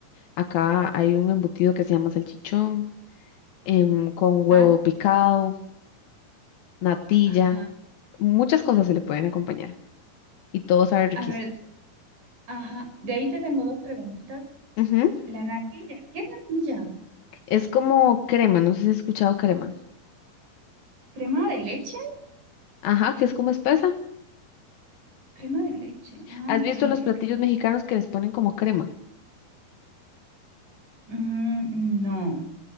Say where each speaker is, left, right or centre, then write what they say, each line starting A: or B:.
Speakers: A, on the left; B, on the right.
A: Acá hay un embutido que se llama salchichón, em, con huevo
B: Ah, salchichón.
A: picado, natilla,
B: Ajá.
A: muchas cosas se le pueden acompañar y todo sabe riquísimo.
B: A ver, ajá. De ahí te tengo dos preguntitas.
A: Ujú.
B: La natilla. ¿Qué es natilla?
A: Es como crema, no sé si has escuchado crema.
B: ¿Crema de leche?
A: Ajá, que es como espesa.
B: Crema de leche. Ah,
A: ¿Has visto
B: ya, ok,
A: los platillos
B: ok.
A: mexicanos que les ponen como crema?
B: Mm, no,